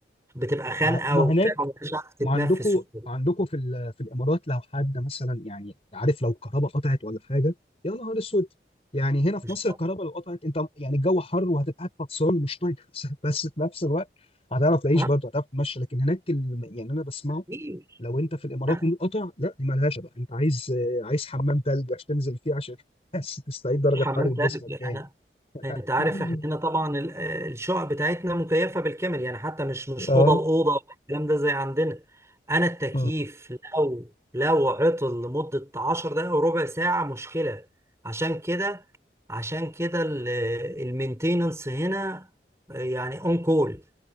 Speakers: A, on the right; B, on the left.
A: بتبقى خانقه
B: ما ما
A: وبتاع
B: هناك
A: ومش عارف تتنفس
B: ما عندكم
A: وكده
B: عندكم في ال- في الامارات لو حد مثلا يعني عارف لو الكهرباء قطعت ولا حاجه يا نهار اسود يعني هنا في
A: مش
B: مصر الكهرباء لو قطعت انت يعني الجو حر وهتبقى قاعد فطسان مش طايق نفسك، <laughs> بس في نفس الوقت هتعرف تعيش
A: ها؟
B: برضه هتعرف تمشي لكن هناك الم... يعني انا بسمعه
A: إيه؟
B: لو انت في الامارات
A: أنا
B: منقطع لا دي مالهاش بقى انت عايز آه، عايز حمام تلج عشان تنزل فيه عشان بس تستعيد درجه
A: مش حمام
B: حراره جسمك
A: تلج
B: تاني
A: انا انت عارف
B: <laughs>
A: احنا هنا طبعا ال- الشقق بتاعتنا مكيفه بالكامل يعني حتى مش مش
B: اه
A: اوضه واوضه الكلام ده زي عندنا انا التكييف
B: مم.
A: لو لو عطل لمده 10 دقائق وربع ساعه مشكله عشان كده عشان كده المينتيننس هنا يعني اون كول